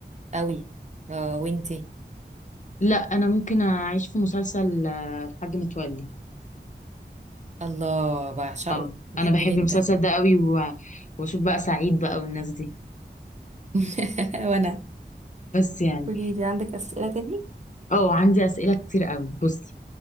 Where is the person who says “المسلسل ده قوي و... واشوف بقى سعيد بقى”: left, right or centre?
Left